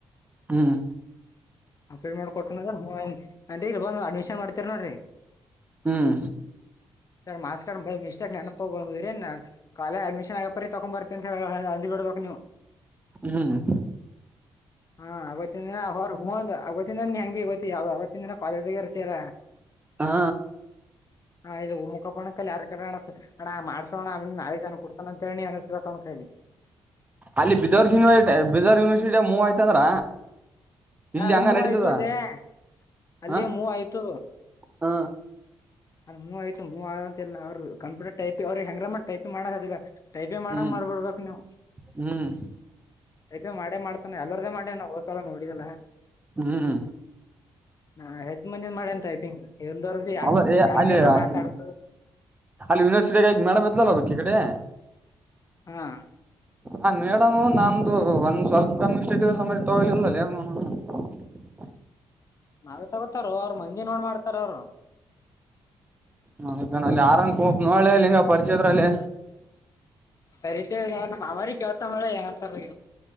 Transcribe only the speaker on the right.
ಹ್ಮ್
ಹ್ಮ್
ಹ್ಮ್.
ಹಾ
ಅಲ್ಲಿ Bidar university Bidar university move ಆಯ್ತ ಅಂದ್ರ. ಇಲ್ಲಿ
ಹಂಗ
ನಡೀತದ
ಹ
ಹ
ಹ್ಮ್
ಹ್ಮ್
ಹ್ಮ್.
ಅಲ್ಲಾರಿ
ಅಲ್ಲಿ
ಆಕಿ
ಯನಿವರ್ಸಿಟ ಮೇಡಮ್ ಇದ್ದಲ ಅಲಾ. ಇ ಕಡೇ.
ಆ ಮೇಡಮು ನಂದು ಒಂದ್ ಸ್ವಲ್ಪ ಮಿಸ್ಟೇಕ್ ಇದ್ರೂ ತೊಗೋಲಿಲ್ಲ್ಲ ಅವನವನ್ನ. <unintelligible>
ನತನಲ್ಲಿ ಆರೋಲಿ ಹಕ್ ನೋಡು ಹಂಗ ಪರಿಚಯದ್ರಲ್ಲಿ.